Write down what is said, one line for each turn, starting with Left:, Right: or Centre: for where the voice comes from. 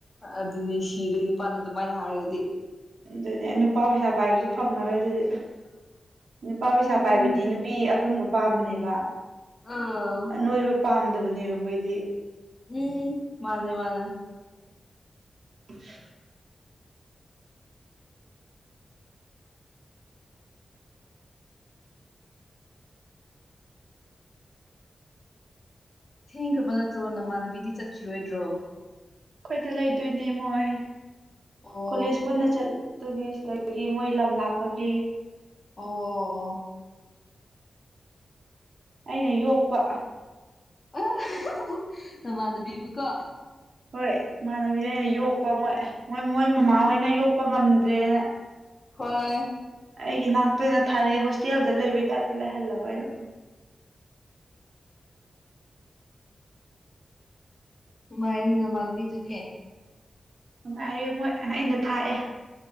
Left: ꯑꯗꯨꯅꯤ ꯁꯤꯔꯦ ꯅꯨꯄꯥꯅ ꯑꯗꯨꯃꯥꯏꯅ ꯍꯥꯏꯔꯒꯗꯤ
Right: ꯑꯗꯨꯅꯦ ꯅꯨꯄꯥ ꯄꯩꯁꯥ ꯄꯥꯏꯕꯁꯨ ꯐꯪꯉꯔꯣꯏ ꯑꯗꯨꯗꯤ ꯅꯨꯄꯥ ꯄꯩꯁꯥ
Left: ꯎꯝ
Right: ꯄꯥꯏꯕꯗꯤ ꯅꯨꯄꯤ ꯑꯀꯪꯕ ꯄꯥꯝꯕꯅꯦꯕ
Left: ꯑꯥ
Right: ꯑ ꯅ‌ꯣꯏꯕ ꯄꯥꯝꯗꯕꯅꯦꯕ ꯃꯣꯏꯗꯤ
Left: ꯎꯝ ꯃꯥꯅꯦ ꯃꯥꯅꯦ
Right: <inaudible>
Left: ꯊꯦꯡꯈ꯭ꯔꯕ ꯅꯠꯇ꯭ꯔꯣ ꯅꯃꯥꯟꯅꯕꯤꯗꯤ ꯆꯠꯈꯤꯔꯣꯏꯗ꯭ꯔꯣ
Right: ꯑꯩꯈꯣꯏꯗ ꯂꯩꯗꯣꯏꯅꯦ ꯃꯣꯏ
Left: ꯑꯣ
Right: ꯀꯣꯂꯦꯖ ꯄꯨꯟꯅ ꯆꯠꯇꯣꯏꯅꯦ ꯁꯤꯗ ꯕꯒꯤ ꯃꯣꯏ ꯂꯝ ꯂꯥꯞꯄꯒꯤ
Left: ꯑꯣ ꯑꯣ ꯑꯣ
Right: ꯑꯩꯅ ꯌꯣꯛꯄ
Left: <unintelligible> ꯅꯃꯥꯟꯅꯕꯤꯕꯨꯀꯣ
Right: ꯍꯣꯏ ꯏꯃꯥꯟꯅꯕꯤꯗ
Left: ꯎꯝ
Right: ꯑꯩꯅ ꯌꯣꯛꯄꯣꯏ ꯃꯣꯏ ꯃꯣꯏ
Left: ꯎꯝ
Right: ꯃꯃꯥꯍꯣꯏꯅ ꯌꯣꯛꯄ ꯄ ꯉꯝꯗ꯭ꯔꯦꯅ
Left: ꯍꯣꯏ
Right: ꯑꯩꯒꯤ ꯅꯥꯛꯇ ꯑꯣꯏꯅ ꯊꯥꯔꯛꯑꯦ ꯍꯣꯁꯇꯦꯜꯗ ꯂꯩꯕꯒꯤ ꯇꯥꯏꯞꯇ ꯂꯩꯍꯜꯂꯕ ꯑꯩꯅ
Left: ꯄꯨꯉꯥꯏ ꯌꯅꯤ ꯅꯃꯥꯟꯅꯕꯤ ꯗꯨꯗꯤ
Right: ꯅꯨꯡꯉꯥꯏꯌꯦ ꯃꯣꯏ ꯑꯩꯅ ꯊꯥꯛꯑꯦ